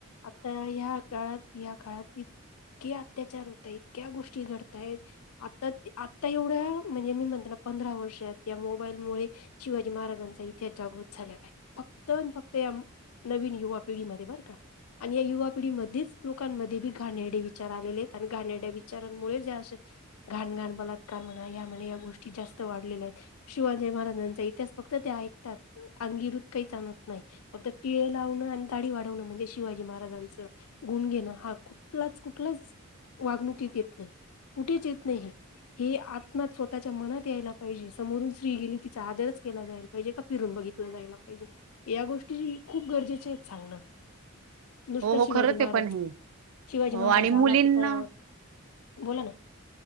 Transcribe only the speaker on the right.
हो हो
खरंच
आहे पण हे
हो
आणि मुलींना